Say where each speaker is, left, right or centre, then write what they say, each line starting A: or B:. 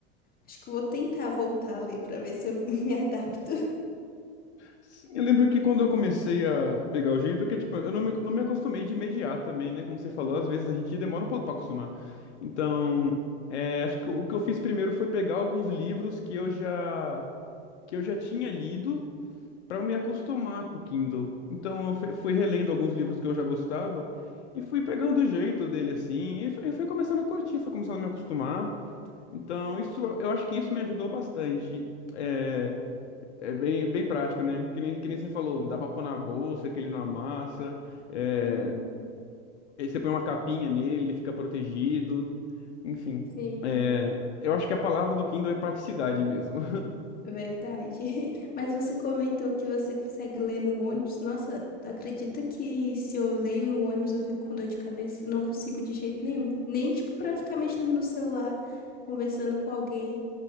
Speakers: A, on the left; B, on the left.
A: Acho que eu vou tentar voltar a ler pra ver se eu <laughs> me adapto.
B: Sim, eu lembro que quando eu comecei a pegar o jeito, porque, tipo, eu não me, não me acostumei de imediato também, né? Como você falou, às vezes a gente demora um pouco pra acostumar. Então, é, acho que o que eu fiz primeiro foi pegar alguns livros que eu já, que eu já tinha lido pra eu me acostumar com o Kindle. Então, eu fui fui relendo alguns livros que eu já gostava e fui pegando o jeito dele, assim, e foi, foi começando a curtir, foi começando a me acostumar. Então, isso, eu acho que isso me ajudou bastante. é, é bem, bem prático, né? Que nem, que nem você falou, dá pra pôr na bolsa, que ele não amassa. É...
A: Uhum.
B: Aí você põe uma capinha nele, ele fica protegido. Enfim,
A: Sim.
B: É, eu acho que a palavra do Kindle é praticidade mesmo.
A: Verdade. <laughs> Mas você comentou que você consegue ler no ônibus. Nossa, acredita que se eu leio no ônibus eu fico com dor de cabeça? Eu Não consigo de jeito nenhum. Nem tipo pra ficar mexendo no celular, conversando com alguém.